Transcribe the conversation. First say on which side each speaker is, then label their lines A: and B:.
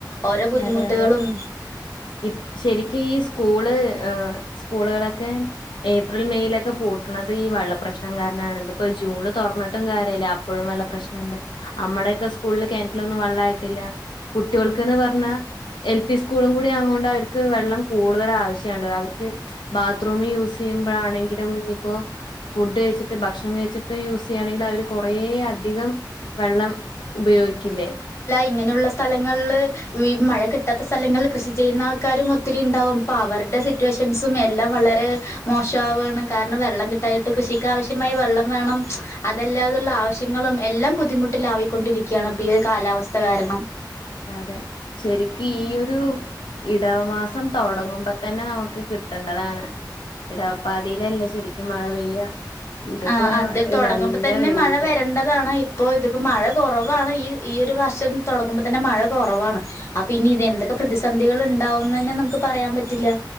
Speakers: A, on the left; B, on the left.
A: ഓരോ ബുദ്ധിമുട്ടുകളും
B: അതെ അതെ ഇ ശരിക്കും ഈ സ്കൂള് സ്കൂളുകളൊക്കെ ഏപ്രിൽ മെയയിലൊക്കെ പൂട്ടണുന്നത് ഈ വെള്ളപ്രശ്നം കാരണം ഇ ജൂണില് തുറന്നിട്ടും കാര്യല്ല അപ്പോഴ വെള്ള പ്രശ്നംുണ്ട് നമ്മുടെയൊക്കെ സ്ക്കൂലില് കിണറ്റിലൊന്നു വെള്ള ട്ട കുട്ടികൾക്ക് പറഞ്ഞ എൽ പി സ്ക്കൂളുകൂടി ആവുമ്പോ അവർക്ക് വെള്ളം കൂടുതൽ ആവശഅവർക്ക് ബാത്ത് യൂ ചെയ്പണെില ഇപ്പോ ഫു് കഴിട്ട് ഭക്ഷണം കഴിച്ചിട്ട് യൂസ് ചെയ്യണെങ്കിൽ അവ കുണ വരേ അധികം വെള്ളം ഉപയോഗിക്കില്ലേ
A: അങ്ങനെയുള്ള സ്ഥലങ്ങളില് മഴ കിട്ടാത്ത സ്ഥലങ്ങളിൽ കൃഷി ചെയ്യുന്ന ആൾക്കാരും ഒത്തിരി ഉണ്ടാവും പ്പ അവരുടെ സിറ്റുവേഷൻസും വളരെ മോഷാ പാണ് കാരണം വെള്ളം കിട്ടാഞ്ഞിട്ട്കൃഷിക്ക് ആവശ്യമായ വെള്ളം വേണം അല്ലാതുള്ള ആവശ്യങ്ങളും എല്ലാം ബുദ്ധിമുട്ടില ആാവിക്കൊണ്ടിരിക്കുകയാണ് ഇപ്പൊ ഈ ഒരു കാലാവസ്ഥ കാരണം
B: അതെ ശരിക്കും ഈ ഒരു ഇടവമാസം തുടങ്ങുമ്പോ തന്നെ നമുക്ക് കിട്ടേണ്ടതാണ് ഇടവപ്പാതയിലല്ലെ ശരിക്കും മഴ പെയ്യ ഇതിപ്പോ
A: ആ അദ്യം തുടങ്ങുമ്പോ
B: നല്ല
A: തന്നെ
B: വെയില്
A: മഴ വരേണ്ടതാണ് ഇപ്പൊ ഇതിപ്പോ മഴ കുറവ് ാണ് ഈ ഈ ഒരു വർഷം തുടങ്ങുമ്പോ തന്നെ മഴ കുറവാണ് അപ്പ പിന്നെ ഇത് എന്തൊക്കെ പ്രതിധ സന്ധികൾ ഉണ്ടാവന്ന് തന്നെ നമുക്ക് പറയാൻ പറ്റില്ല